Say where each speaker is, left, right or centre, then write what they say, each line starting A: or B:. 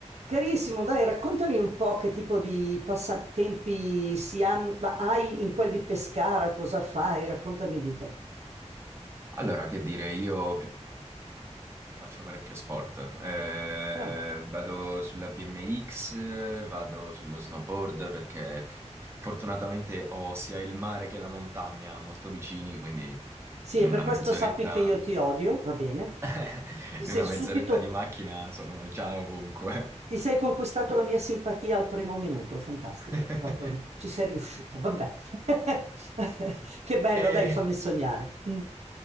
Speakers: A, on the right; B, on the right.
A: Carissimo, dai, raccontami un po' che tipo di passatempi si han- ma hai in quel di Pescara, cosa fai? Raccontami di te.
B: Allora, che dire, io faccio parecchio sport. Eh,
A: Ah.
B: vado sulla BMX, vado sullo snowboard perché fortunatamente ho sia il mare che la montagna molto vicini, quindi
A: Sì,
B: in
A: e
B: una
A: per questo
B: mezz'oretta,
A: sappi che io ti odio, va bene?
B: <laughs>
A: Ti sei
B: in una
A: subito,
B: mezz'oretta di macchina sono già ovunque.
A: ti sei conquistato la mia simpatia al primo minuto, fantastico,
B: <laughs>
A: proprio ci sei riuscito, vabbè. <laughs> Che bello,
B: E
A: dai, fammi sognare. Mm.